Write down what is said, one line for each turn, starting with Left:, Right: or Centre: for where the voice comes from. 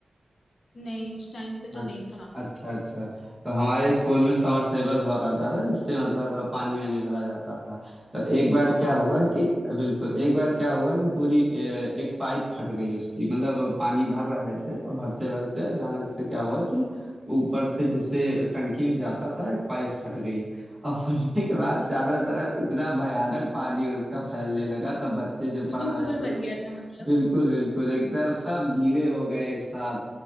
Left: नहीं उस टाइम पे तो
Centre: अच्छा
Left: नहीं था
Centre: अच्छा अच्छा तो हमारे स्कूल में समरसेबल हुआ करता था जिससे मतलब पानी वानी भरा जाता था तो एक बार
Left: हाँ
Centre: क्या
Left: हाँ
Centre: हुआ
Left: वो-
Centre: कि बिल्कुल एक बार क्या हुआ कि पूरी अ, एक पाइप फट गई उसकी मतलब पानी भर रहे थे और भरते भरते अचानक से क्या हुआ कि ऊपर से जिससे टंकी में जाता था एक पाइप फट गई और फटने के बाद
Left: अरे
Centre: चारों तरफ इतना भयानक पानी उसका फैलने लगा तब बच्चे जो
Left: स्विमिंग
Centre: पढ़ रहे
Left: पूल
Centre: थे
Left: बन गया था मतलब
Centre: बिल्कुल बिल्कुल एकदम सब गीले हो गए एक साथ